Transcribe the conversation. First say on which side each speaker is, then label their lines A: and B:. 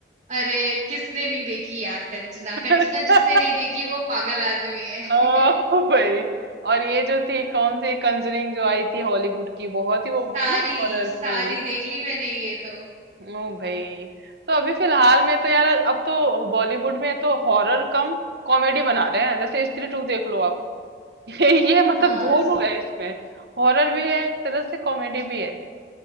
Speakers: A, on the right; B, on the right.
A: अरे किसने नहीं देखी यार कंचना
B: <laughs>
A: कंचना
B: अच्छा
A: जिसने नहीं देखी वो पागल आदमी है
B: ओ
A: <laughs>
B: भाई और ये जो थी कौन सी कंजरिंग जो आई थी हॉलीवुड की बहुत ही वो
A: सारी
B: ना हॉरर
A: सारी
B: थी
A: देख ली मैंने ये तो
B: ओ भाई तो अभी फिलहाल में तो यार अब तो बॉलीवुड में तो हॉरर कम कॉमेडी बना रहे हैं जैसे स्त्री टू देख लो आप <laughs> ये मतलब
A: हाँ
B: दोनों
A: स-
B: है इसमें हॉरर भी है एक तरह से कॉमेडी भी है